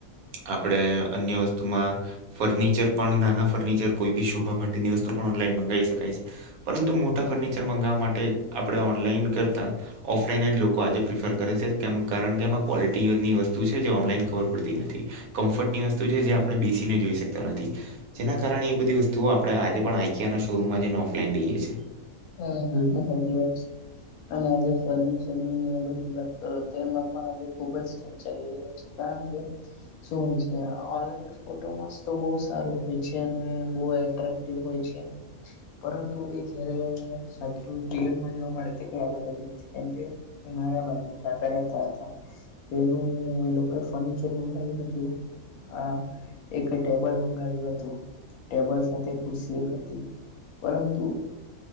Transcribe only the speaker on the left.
હમ્મ, બિલકુલ સાચી વાત છે. અને આજે ફ જમીન ને બધી વાત કરો તો એમાં પણ આજે ખુબ જ સ્મ ચાલી રહ્યા છે, કારણ કે શું હોય છે? આ ઓનલાઈન ફોટોમાંસ્ તો બહ સારું હોય છે અને બો અટેક્ટિવ હોય છે, પરંતુ એ જ્યારે સાચું રિયલમાં જોવા મળે તે કંઈક અલગ હો છે કેમ કે એ મારા બાજુમાં કાકા રહેતા હતા એનું એ લોકોએ ફર્નિચર મંગાવ્યું હતું. આ એક ટેબલ મંગાવ્યું હતું, ટેબલ સાથે ખુરશી એક હતી. પરંતુ